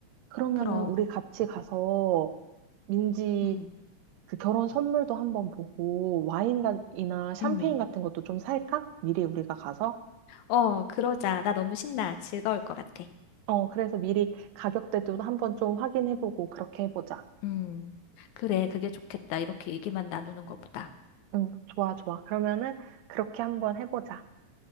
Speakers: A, on the right; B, on the left.
A: 그러면은,
B: 그럼,
A: 우리 같이 가서, 민지
B: 음,
A: 그 결혼 선물도 한번 보고, 와인이나 샴페인
B: 음,
A: 같은 것도 좀 살까? 미리 우리가 가서?
B: 어, 그러자. 나 너무 신나. 즐거울 것 같아.
A: 어, 그래서 미리 가격대도 한번 좀 확인해보고, 그렇게 해보자.
B: 음. 그래, 그게 좋겠다. 이렇게 얘기만 나누는 것보다.
A: 응, 좋아, 좋아. 그러면은 그렇게 한번 해보자.